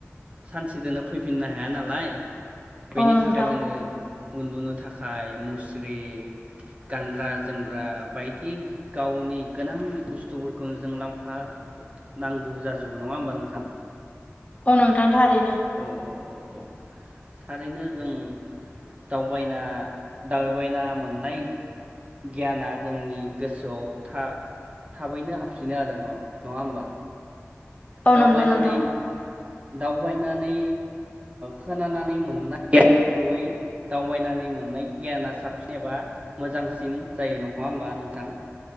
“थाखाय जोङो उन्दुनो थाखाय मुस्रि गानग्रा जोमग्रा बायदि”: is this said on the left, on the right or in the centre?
Right